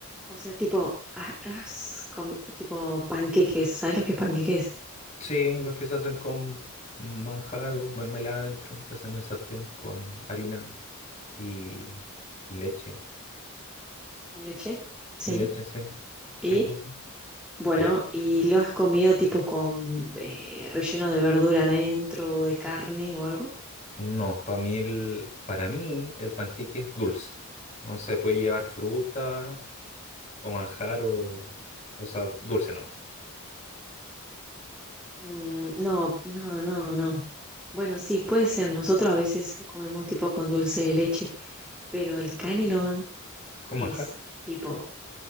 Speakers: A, in the centre; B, on the left.
A: o sea, tipo, ha- has comi- tipo panqueques, ¿sabes lo que es panqueques?
B: Sí, los que se hacen con manjar o mermelada adentro y se hacen en el sartén con harina y leche.
A: ¿De leche? Sí.
B: Y leche, sí. Sí,
A: Y
B: sí, sí.
A: bueno,
B: Eh,
A: y lo has comido tipo con eh, relleno de verdura adentro, o de carne o algo.
B: no, para mí el, para mí el panqueque es dulce. Entonces puede llevar fruta o manjar o, o sea, dulce nomás,
A: Mm, no, no, no, no. Bueno, sí, puede ser. Nosotros a veces lo comemos tipo con dulce de leche. Pero el canelón
B: con
A: es
B: manjar.
A: tipo,